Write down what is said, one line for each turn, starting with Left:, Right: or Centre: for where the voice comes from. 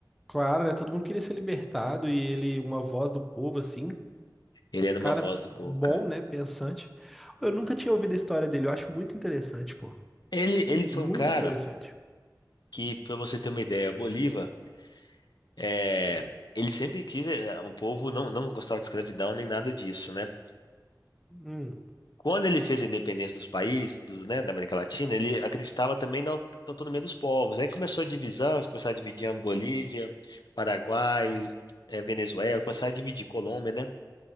Centre: Claro, né? Todo mundo queria ser libertado e ele, uma voz do povo, assim,
Left: Ele era
Centre: um
Left: uma
Centre: cara
Left: voz do povo,
Centre: bom,
Left: cara.
Centre: né? Pensante. Eu nunca tinha ouvido a história dele, eu acho muito interessante, pô.
Left: Ele, ele
Centre: Muito
Left: foi um cara
Centre: interessante.
Left: que, pra você ter uma ideia, o Bolívar, é, ele sempre quis, é, o povo não, não gostava de escravidão nem nada disso, né?
Centre: Hum,
Left: Quando ele fez a independência dos países, do- né, da América Latina, ele acreditava também na aut- autonomia dos povos. Aí começou a divisão, eles começaram a dividir a Bolívia, Paraguai, eh, Venezuela, começaram a dividir Colômbia, né?